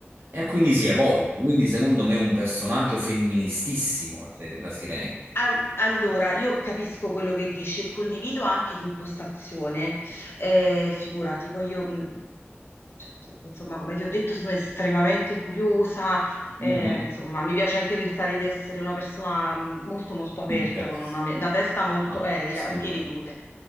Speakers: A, on the right; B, on the left.
A: E quindi si evolve. Quindi, secondo me, è un personaggio femministissimo la, se- la Sirenetta.
B: Al- Allora, io capisco quello che dici e condivido anche l'impostazione. Eh, figurati, poi io, mh, cioè, insomma, come ti ho detto, sono estremamente curiosa. eh,
A: Mhm.
B: insomma, mi piace anche pensare di essere una persona mh, molto, molto aperta,
A: Interessa.
B: con una, me- una testa molto
A: Ah,
B: eh, di
A: assolutamente.
B: ampie vedute.